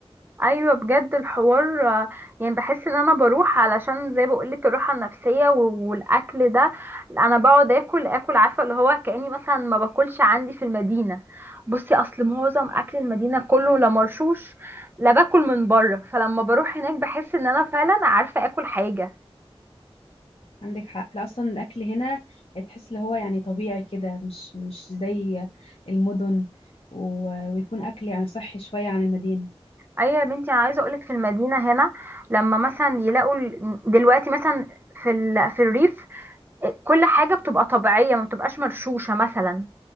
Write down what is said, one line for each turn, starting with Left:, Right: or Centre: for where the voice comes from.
Right: ايوه بجد الحوار آه، يعني بحس ان انا بروح علشان زي بقولك الراحه النفسيه و- والاكل ده انا بقعد اكل اكل عارفه اللي هو كاني مثلا ما باكلش عندي في المدينه بصي اصل معظم اكل المدينه كله لا مرشوش لا باكل من بره فلما بروح هناك بحس ان انا فعلا عارفه اكل حاجه
Left: عندك حق لا اصلا الاكل هنا تحس اللي هو يعني طبيعي كده مش مش زي المدن و... ويكون اكل يعني صحي شويه عن المدينه
Right: ايوه يا بنتي انا عايزه اقولك في المدينه هنا لما مثلا يلاقوا ال- دلوقتي مثلا في ال... في الريف آه، كل حاجه بتبقى طبيعيه ما بتبقاش مرشوشه مثلا